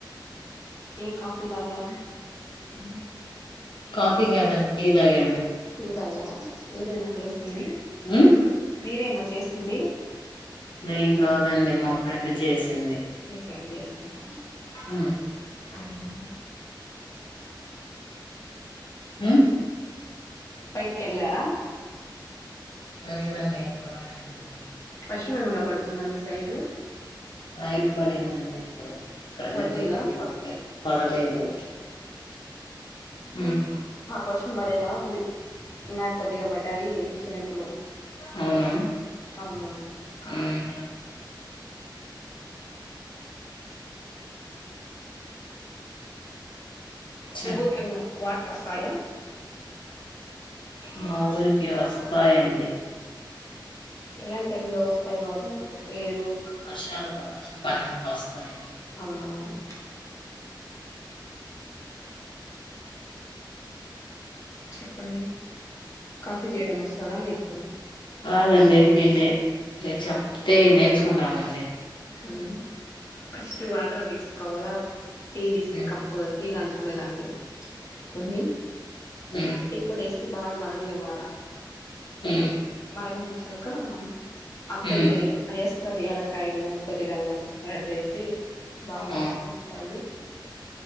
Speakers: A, on the left (about 40°); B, on the left (about 80°).
A: ఏ కాఫీ తాగారు
B: హ్మ్ కాఫీ గాదన్ టీ తాగాను
A: టీ తాగారా మీరేనా చేసింది
B: మ్
A: మీరేనా చేసింది
B: నేన్ కాదండి మా ఫ్రెండ్ చేసింది
A: మీ ఫ్రెండ్ చేసిందా
B: హ్మ్
A: అవును
B: హ్మ్
A: బైటికెళ్ళారా
B: లేదండి ఇంట్లోనే ఉన్నామ్
A: వర్షం ఏమనా పడుతుందా మీ సైడు
B: నైట్ పడిందండి ఇప్పుడు ప్రజెంట్
A: పడుతుందా
B: అయితే పడ్లె పడలేదు హ్మ్
A: మాక్ వర్షం బడేలా ఉంది నాక్ కొద్దిగా పడ్డాయి చినుకులు
B: అవునా
A: అవునవును
B: మ్ చెప్
A: మీ ఊరికేమన్న వాటర్ వస్తాయా
B: మా ఊరికి వస్తాయండి
A: ఎలాంటి టైమ్ లో వస్తయ్ వాటర్ ఏరు
B: వర్షాలు బా వర్షం బడినపుడు వస్తాయ్ నీ
A: అవునవును చెప్పండి కాఫీ జెయడం వస్తదా మీకు
B: రాదండి మేం నేే మీర్ చెప్తే నేర్చుకుంటామండి
A: ఉమ్ ఫస్ట్ వాటర్ తీసుకోవాలా టీ తీస్
B: ఉమ్
A: కప్ కొ టీ కాంచుకునే దాంట్ల కొన్ని
B: ఉమ్
A: టి పొడి యెసి బాగా మరగ నివ్వాల
B: ఉమ్
A: మరగనిచ్చాక అత్తయితే
B: ఉమ్ ఉమ్
A: అయేస్తది ఎలకాయలు కొద్దిగ అల్లం రెండు యెసి బామ్
B: ఆ
A: కాంచుతాది